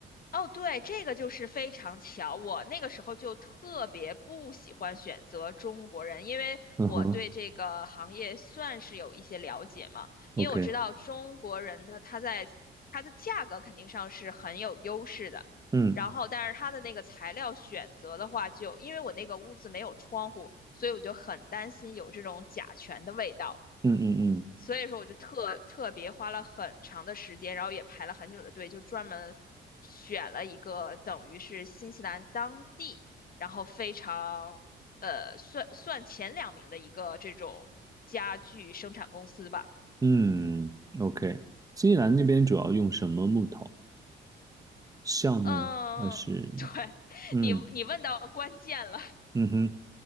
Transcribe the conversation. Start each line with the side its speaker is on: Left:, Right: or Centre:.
Left: 哦，对，这个就是非常巧。我那个时候就特别不喜欢选择中国人，因为我对这个行业算是有一些了解嘛。
Right: 嗯哼，OK，
Left: 因为我知道中国人的他在他的价格肯定上是很有优势的，
Right: 嗯
Left: 然后但是他的那个材料选择的话就，因为我那个屋子没有窗户，所以我就很担心有这种甲醛的味道。
Right: 嗯嗯
Left: 所以说我就特特别花了很长的时间，然后也排了很久的队，就专门选了一个等于是新西兰当地，然后非常呃算算前两名的一个这种家具生产公司吧。
Right: 嗯嗯，OK。新西兰那边主要用什么木头？橡木还是？
Left: 嗯，<laughs> 对，
Right: 嗯
Left: 你你问到关键了，
Right: 嗯哼，